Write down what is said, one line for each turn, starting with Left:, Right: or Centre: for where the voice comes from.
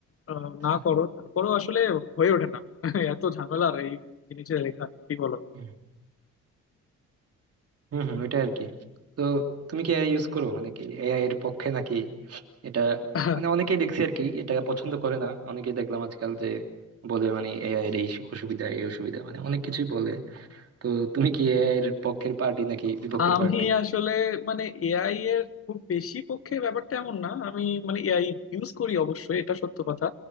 Left: আহ,
Right: আচ্ছা
Left: না করো তারপরেও আসলে হয়ে ওঠে না <laughs> এত ঝামেলার এই জিনিসে লেখা কি বলো
Right: হুম হুম হুম, ওইটাই আর কি তো তুমি কি এআই ইউজ করো মানে কি এআই এর পক্ষে নাকি এটা
Left: <laughs>
Right: মানে অনেকেই দেখছি আর কি এটা পছন্দ করে না অনেকেই দেখলাম আজকাল যে বলে মানে এআই এর এই অসুবিধা এই অসুবিধা মানে অনেক কিছুই বলে তো তুমি কি এর পক্ষের পার্টি নাকি বিপক্ষের
Left: আমি
Right: পার্টি
Left: আসলে মানে এআই এর খুব বেশি পক্ষে ব্যাপারটা এমন না আমি মানে এআই ইউজ করি অবশ্যই এটা সত্য কথা